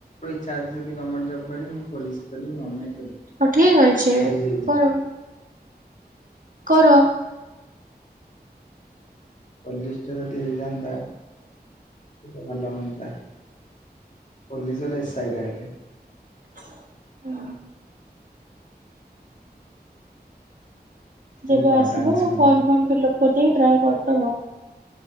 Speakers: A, on the left; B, on the right.
A: କାଶ ଯଦି ଗମେଣ୍ଟ ଜବ କରିବ ମୁ ପୋଲିସ କରିବି ନହେଲେ ନାଇଁ। କରିବି
B: ହଉ ଠିକ ଅଛି
A: ପୋଲିସ ହେବି।
B: କର। କର।
A: ପୋଲିଷ୍ଟା ଯଦି ହେଇଯାଆନ୍ତା ସେଟା ଭଲ ହନ୍ତା। ପୋଲିସ ବଲେ ଏସ୍‌ଆଇ ଡାଇରେଟ।
B: ହଁ।
A: ଖାଲି
B: ଯେବେ
A: ବାଡାନ୍ତି
B: ଆସିବ ଫର୍ମ
A: ଶୁଣିଥିଲି।
B: ଫର୍ମ ଫିଲଅପ କରିଦେଇ ଟ୍ରାଏ କରିଦବ।